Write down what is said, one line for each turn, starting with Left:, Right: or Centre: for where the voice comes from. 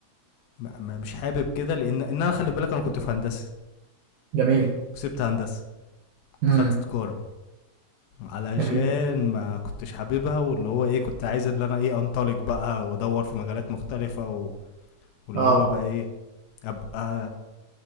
Left: م- م- مش حابب كده لان ان انا خلي بالك انا كنت في هندسه
Right: جميل
Left: وسبت هندسه
Right: امم
Left: دخلت تجاره علشان
Right: جميل
Left: ما كنتش حاببها واللي هو ايه كنت عايز اللي انا ايه انطلق بقى وادور في مجالات مختلفه و... واللي
Right: اه
Left: هو بقى ايه ابقى